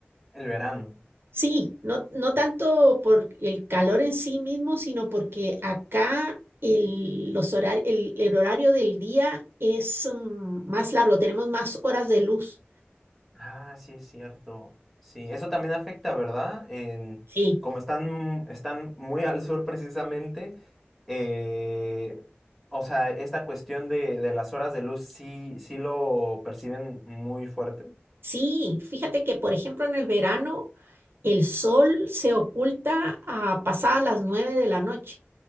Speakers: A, in the centre; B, on the right (about 65°).
A: El verano.
B: Sí, no, no tanto por el calor en sí mismo, sino porque acá el, los horari- el, el horario del día es mm, más largo, tenemos más horas de luz.
A: Ah, sí, es cierto. Sí, eso también afecta, ¿verdad? En,
B: Sí,
A: como están, están muy al sur precisamente, eh, o sea, esta cuestión de, de las horas de luz sí, sí lo perciben muy fuerte.
B: sí, fíjate que por ejemplo en el verano el sol se oculta a pasadas las nueve de la noche.